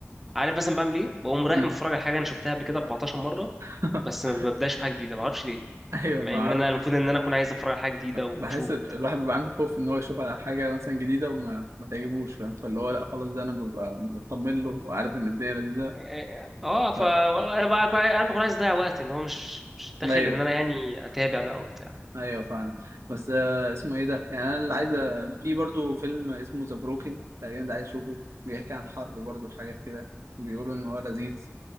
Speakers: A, in the centre; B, on the right (about 80°).
A: عارف مثلا بعمل ايه بقوم رايح
B: امم
A: متفرج على حاجه انا شفتها قبل كده 14 مره
B: <laughs>
A: بس ما ببداش في حاجه جديده ما اعرفش ليه
B: ايوه
A: مع
B: ما
A: ان
B: اعرف
A: انا المفروض ان انا اكون عايز اتفرج على حاجه جديده واشوف
B: بحس ال-
A: وبتاع
B: الواحد بيبقى عنده خوف ان هو يشوف على حاجه مثلا جديده وما ما تعجبوش فاهم فاللي هو لا خلاص ده انا ببقى مطمن له وعارف ان الدنيا لذيذه
A: اه آه، ف
B: ف...
A: انا بقى أكون- انا بكون عايز اضيع وقت ان هو مش مش داخل
B: ايوه
A: ان انا يعني اتابع بقى وبتاع
B: ايوه فعلا بس آه اسمه ايه ده يعني انا اللي عايز أ- في برضو فيلم اسمه ذا بروكن تقريبا ده عايز اشوفه بيحكي عن حرب برضو حاجات كده بيقولوا ان هو لذيذ